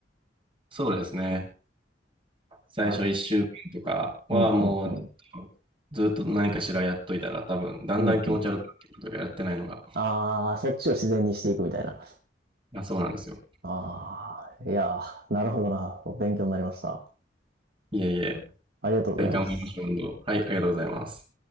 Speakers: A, on the right; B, on the right.
A: そうですね。最初1週間とかはもう、
B: なるほど。うん、うん、
A: ずっと何かしらやっといたら、多分、だんだん気持ち悪くなってくるというか、
B: うん。うん、うん。
A: やってないのが。
B: あー、そっちを自然にしていくみたいな。
A: あ、そうなんですよ。
B: あー、いやー、なるほどな。勉強になりました。
A: いえいえ。
B: ありがとうございます。
A: ぜひ頑張りましょう、運動。はい、ありがとうございます。